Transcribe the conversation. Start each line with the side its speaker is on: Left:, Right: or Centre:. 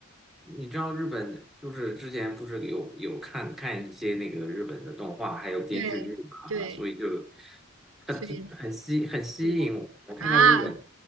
Centre: 你知道日本就是之前不是有有看看一些那个日本的动画还有电视剧嘛，
Right: 对对，
Centre: 所以就
Right: 所以
Centre: 很很吸很吸引我。
Right: 对
Centre: 我看到日本
Right: 啊，